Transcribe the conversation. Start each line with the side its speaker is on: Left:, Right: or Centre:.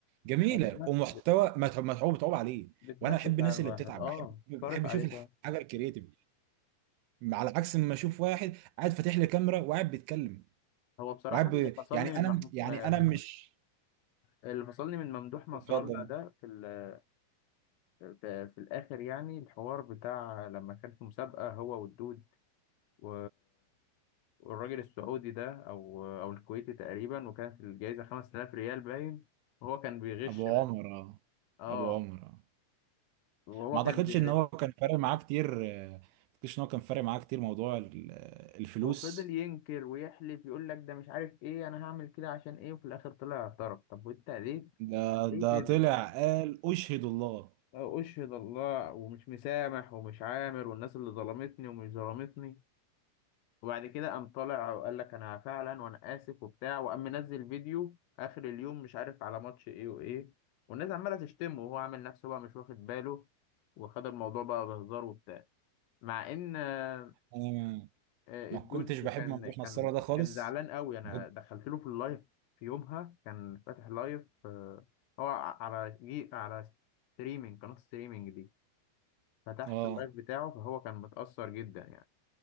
Right: جميله
Left: يعني بتنفس
Right: ومحتوى متعوب متعوب متعوب عليه
Left: بتنفس
Right: وانا احب الناس
Left: على الواحد
Right: اللي بتتعب
Left: اه
Right: بحب بحب
Left: صارف عليه
Right: اشوف الحاجه
Left: شويه
Right: الكرييتيف على عكس ما اشوف واحد قاعد فاتح لي كاميرا وقاعد بيتكلم
Left: هو بصراحه
Right: وقاعد
Left: اللي
Right: ب...
Left: فصلني
Right: يعني
Left: من
Right: انا
Left: محمود
Right: يعني انا
Left: من
Right: مش
Left: اللي فصلني من ممدوح نصر
Right: مفضل
Left: الله ده في ال... في, في الآخر يعني الحوار بتاع لما كان في مسابقة هو والدود و... والراجل السعودي ده أو أو الكويتي تقريبا وكانت الجايزة 5000 ريال باين وهو كان بيغش
Right: ابو
Left: منه
Right: عمر اه
Left: اه
Right: ابو عمر اه
Left: وهو
Right: ما
Left: كان
Right: اعتقدش
Left: بيغش
Right: ان هو كان فارق معاه كتير آه، ما اعتقدش ان هو كان فارق معاه كتير موضوع ال- آه، الفلوس
Left: وفضل ينكر ويحلف يقول لك ده مش عارف ايه انا هعمل كده عشان ايه وفي الاخر طلع اعترف طب وانت ليه
Right: ده
Left: ليه
Right: ده
Left: كده
Right: طلع قال اشهد الله
Left: اه اشهد الله ومش مسامح ومش عامر والناس اللي ظلمتني ومش ظلمتني وبعد كده قام طالع وقال لك انا فعلا وانا اسف وبتاع وقام منزل فيديو اخر اليوم مش عارف على ماتش ايه وايه والناس عماله تشتمه وهو عامل نفسه بقى مش واخد باله وخد الموضوع بقى بهزار وبتاع مع ان آه،
Right: انا ما
Left: آه،
Right: ما
Left: الدود
Right: كنتش بحب
Left: كان
Right: ممدوح
Left: كان
Right: نصارى ده خالص
Left: كان زعلان قوي انا
Right: كنت-
Left: دخلت له في اللايف في يومها كان فاتح لايف آه، هو على جي على ستريمينج قناه ستريمينج دي فتحت
Right: اه
Left: اللايف بتاعه فهو كان متأثر جدا يعني